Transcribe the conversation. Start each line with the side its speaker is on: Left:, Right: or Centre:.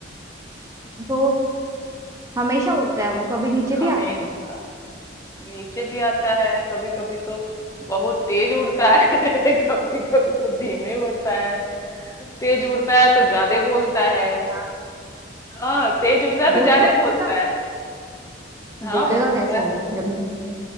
Right: तो हमेशा उड़ता है वो कभी नीचे भी
Left: हमेशा
Right: आता है
Left: नीचे भी आता है कभी कभी तो बहुत तेज उड़ता है <laughs> कभी कभी तो धीमे उड़ता है तेज उड़ता है तो ज्यादा बोलता
Right: सही
Left: है
Right: है यार
Left: हाँ तेज उड़ता है तो
Right: बोलता
Left: ज्यादा
Right: है बोलता
Left: बोलता है हाँ
Right: बोलेगा
Left: बोलता
Right: कैसे
Left: है
Right: वो जब मुंह नहीं है